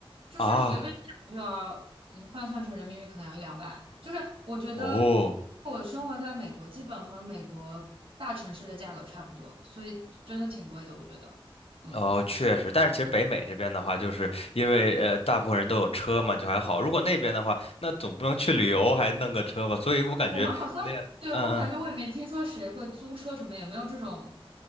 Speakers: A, on the right; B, on the left.
A: 就是随便一打就要，
B: 啊，
A: 你换算成人民币可能要一两百。就是我觉得我生活在美国，
B: 哦。
A: 基本和美国大城市的价格差不多，所以真的挺贵的，我觉得。嗯。
B: 哦，确实，但是其实北美这边的话，就是因为呃，大部分人都有车嘛，就还好。如果那边的话，那总不能去旅游还弄个车吧？所以我感觉那样的，
A: 我们好像，对，
B: 嗯嗯，
A: 我感觉我也没听说谁会租车什么，也没有这种